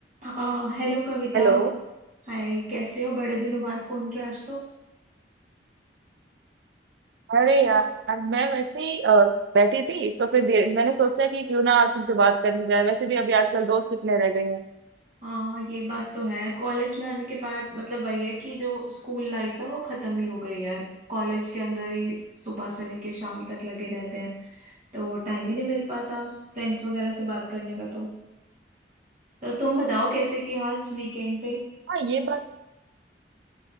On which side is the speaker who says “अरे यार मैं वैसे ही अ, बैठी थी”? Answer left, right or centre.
Right